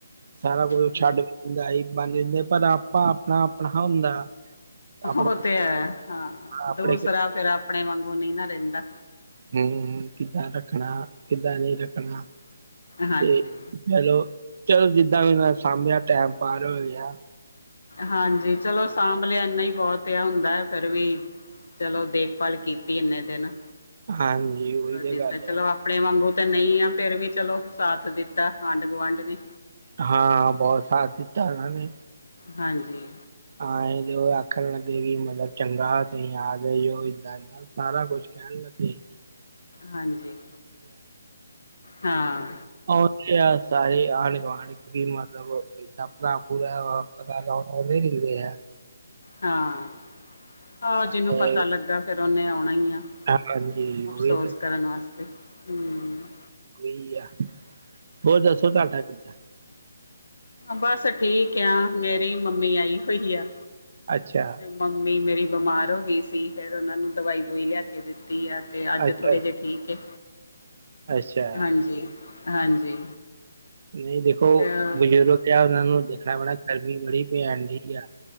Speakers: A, on the right (about 55°); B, on the left (about 70°).
A: ਸਾਰਾ ਕੁਛ
B: ਹੂੰ
A: ਛੱਡ ਵੀ ਦਿੰਦਾ ਲਾਈਫ ਬਣ ਜਾਂਦਾ ਪਰ ਆਪਾ ਆਪਣਾ ਆਪਣਾ ਹੁੰਦਾ। ਆਪਣੇ
B: ਓ ਤੇ ਹੈ ਹਾਂ
A: ਆਪਣੇ
B: ਦੂਸਰਾ ਫੇਰ ਆਪਣੇ ਵਾਂਗੂ ਨੀ ਨਾ ਰੈਂਦਾ।
A: ਹੂੰ ਹੂੰ ਕਿੱਦਾਂ ਰੱਖਣਾ ਕਿੱਦਾਂ ਨਈ ਰੱਖਣਾ।
B: ਹਾਂਜੀ
A: ਤੇ ਚਲੋ, ਚਲੋ ਜਿੱਦਾਂ ਵੀ ਮੈਂ ਸਾਂਭਿਆ ਟੈਮ ਪਾਰ ਹੋ ਗਿਆ।
B: ਹਾਂਜੀ ਚਲੋ ਸਾਂਭ ਲਿਆ ਏਨਾ ਈ ਬੋਤ। ਪਿਆ ਹੁੰਦਾ ਐ, ਫੇਰ ਵੀ ਚਲੋ ਦੇਖਭਾਲ ਕੀਤੀ ਏਨੇ ਦਿਨ।
A: ਹਾਂਜੀ ਓਈ
B: ਚਲੋ
A: ਤੇ
B: ਦਿੱਤਾ
A: ਗੱਲ
B: ਚਲੋ
A: ਆ।
B: ਆਪਣੇ ਵਾਂਗੂ ਤੇ ਨਈ ਆ ਫੇਰ ਵੀ ਚਲੋ ਸਾਥ ਦਿੱਤਾ ਆਂਢ ਗੁਆਂਢ ਨੇ।
A: ਹਾਂ ਬੋਤ ਸਾਥ ਦਿੱਤਾ ਓਨਾਂ ਨੇ।
B: ਹਾਂਜੀ।
A: ਹਾਂ ਏ ਤੇ ਓ ਆਖਣ ਲੱਗੇ ਕੀ ਮਲਬ ਚੰਗਾ ਤੁਸੀਂ ਆ ਗਏ ਓ, ਏਦਾਂ ਏਦਾਂ। ਸਾਰਾ ਕੁਛ ਕੈਣ ਲਗੇ।
B: ਹਾਂਜੀ- ਹਾਂ।
A: ਓ ਤੇ ਐ ਸਾਰੇ ਆਂਢ ਗਵਾਂਢ। <unintelligible>
B: ਹਾਂ, ਆਹੋ
A: ਸਾਰੇ
B: ਜਿਨੂੰ ਪਤਾ ਲੱਗਾ ਫੇਰ ਓਨੇ ਆਉਣਾ ਈ ਆ।
A: ਹਾਂਜੀ ਉਹੀ
B: ਅਫਸੋਸ
A: ਤੇ
B: ਕਰਨ ਆਸਤੇ, ਹੂੰ।
A: ਓਈ ਆ, ਹੋਰ ਦੱਸੋ
B: ਹਾਂਜੀ
A: ਤਾਡਾ ਕਿੱਦਾਂ?
B: ਬਸ ਠੀਕ ਆਂ, ਮੇਰੀ ਵੀ ਮੰਮੀ ਆਈ ਹੋਈ ਆ।
A: ਅੱਛਾ।
B: ਮੰਮੀ ਮੇਰੀ ਬਮਾਰ ਹੋ ਗਈ ਸੀ, ਫੇਰ ਓਨਾਂ ਨੂੰ ਦਵਾਈ ਦਵੂਈ ਲੈ ਕੇ ਦਿੱਤੀ ਆ। ਤੇ ਅੱਜ
A: ਅੱਛਾ
B: ਥੋੜੇ ਜੇ ਠੀ ਠੀਕ ਏ।
A: ਅੱਛਾ,
B: ਹਾਂਜੀ ਹਾਂਜੀ
A: ਨਈ ਦੇਖੋ
B: ਅ
A: ਬਜ਼ੁਰਗ ਪਿਆ ਓਨਾ ਨੂੰ ਦੇਖਣਾ ਪੈਣਾ ਗਰਮੀ ਬੜੀ ਪੈਣ ਡਈ ਆ।